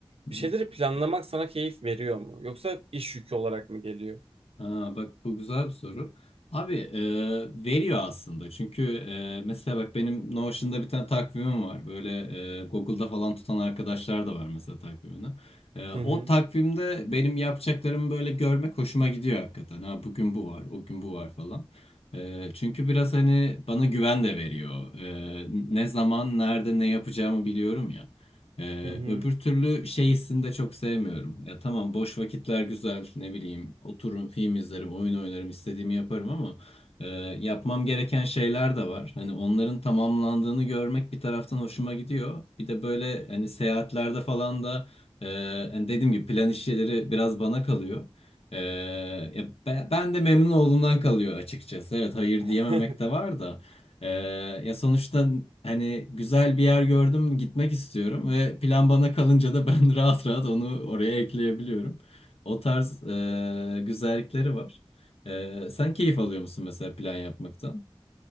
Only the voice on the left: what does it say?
hı.
Ha, bak bu güzel bir soru. Abi e, veriyor aslında. Çünkü e, mesela bak benim Notion'da bir tane takvimim var. Böyle e, Google'da falan tutan arkadaşlar da var mesela takvimini. E, o
takvimde benim yapacaklarımı böyle görmek hoşuma gidiyor hakikaten. Ha bugün bu var, o gün bu var falan. E, çünkü biraz hani bana güven de veriyor. E, ne zaman, nerede, ne yapacağımı biliyorum ya. Ee,
öbür türlü şey hissini de çok sevmiyorum. Ya tamam boş vakitler güzel ne bileyim otururum film izlerim oyun oynarım istediğimi yaparım ama e, yapmam gereken şeyler de var. Hani onların tamamlandığını görmek bir taraftan hoşuma gidiyor. Bir de böyle hani seyahatlerde falan da e, hani dediğim gibi plan işleri biraz bana kalıyor. E, ya be- ben de memnun olduğumdan kalıyor açıkçası. Evet hayır
diyememek de var da. Ee, ya sonuçta hani güzel bir yer gördüm, gitmek istiyorum ve plan bana kalınca da ben <laughs> rahat rahat onu oraya ekleyebiliyorum. O tarz e, güzellikleri var. E, sen keyif alıyor musun mesela plan yapmaktan?